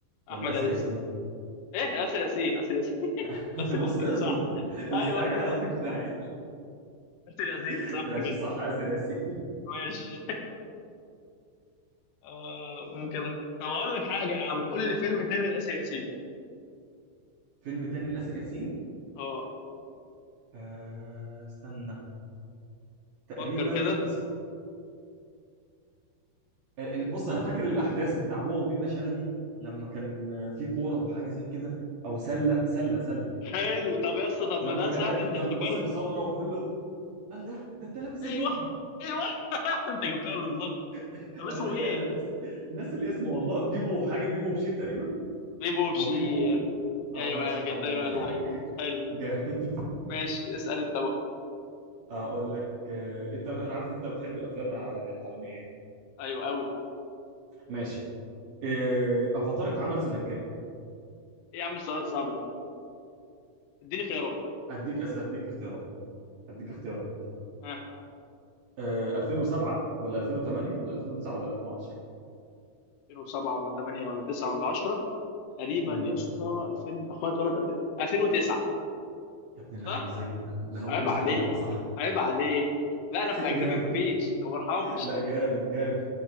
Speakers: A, on the right; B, on the left.
A: ولا
B: احمد
A: اسر
B: عز
A: ياسين
B: ايه اسر ياسين اسر ياسين <laughs>
A: <laughs>
B: اسر ياسين
A: بص اظبط
B: صح
A: الاستعجال
B: ايوه <laughs>
A: هيوديك في داهيه
B: اسر ياسين
A: <laughs>
B: صح
A: ماشي
B: كده
A: صح اسر ياسين
B: ماشي آه ممكن أ- طب هقول لك حاجه يا عم قول لي فيلم تاني لاسر ياسين
A: <laughs> فيلم تاني لاسر ياسين
B: اه
A: آه استنى تقريبا
B: فكر كده
A: آه، بص انا فاكر الاحداث بتاع هو ومنة شلبي لما كان في كوره وحاجه زي كده او سله سله سله
B: حلو طب يا اسطى طب ما
A: لما
B: ده
A: كان
B: سهل
A: راكب
B: انت
A: جنب
B: افتكرت
A: باسم سمره وبيقول له الله ده انت لابس زيهم
B: ايوه ايوه <laughs> انت جبتها بالظبط
A: <laughs>
B: طب اسمه
A: انا
B: ايه
A: انا ناس ناس الاسم والله بيبو حاجه بيبو وبشير تقريبا
B: بيبو بشير
A: او بيبو اه
B: ايوه
A: ماشي
B: يا
A: الحمد
B: كده ايوه
A: لله
B: يا
A: <laughs>
B: لعيب حلو
A: جامد
B: ماشي اسال انت بقى
A: اقول لك آه، انت انا عارف ان انت بتحب الافلام الع- العالميه يعني.
B: ايوه قوي
A: ماشي آه، افاتار اتعمل سنه كام
B: ايه يا عم السؤال الصعب ده اديني خيارات
A: اديك أس... اديك اختيارات اديك اختيارات
B: ها
A: آه، 2007 ولا 2008 ولا 2009 ولا 2010
B: 2007 ولا 8 ولا 9 ولا 10 تقريبا
A: امم
B: يا اسطى 2000 اخويا اتولد 2000 2009
A: يا ابن اللعيبه
B: صح
A: ازاي جبتها ده انا
B: عيب
A: قلت مستحيل
B: عليك
A: تجيبها صح
B: عيب عليك لا انا
A: <laughs>
B: في الاجنبي
A: جامد
B: مفيش ما برحمش
A: لا جامد جامد